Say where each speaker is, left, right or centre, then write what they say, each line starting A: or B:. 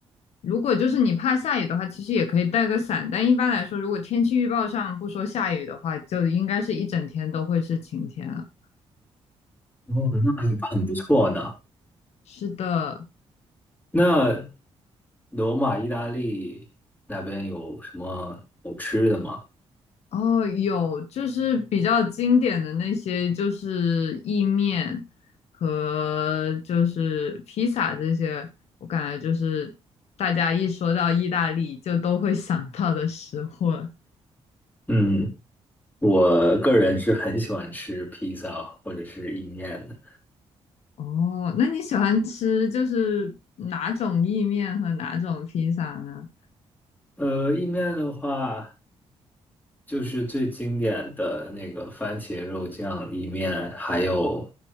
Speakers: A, on the left; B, on the left.
A: 如果就是你怕下雨的话，其实也可以带个伞，但一般来说，如果天气预报上不说下雨的话，就应该是一整天都会是晴天了。
B: 哦，那还很不错呢。
A: 是的，
B: 那罗马、意大利那边有什么好吃的吗？
A: 哦，有就是比较经典的那些，就是意面和就是披萨这些，我感觉就是大家一说到意大利就都会想到的食物了。
B: 嗯，我个人是很喜欢吃披萨或者是意面的。
A: 哦，那你喜欢吃就是哪种意面和哪种披萨呢？
B: 呃，意面的话。就是最经典的那个番茄肉酱意面，还有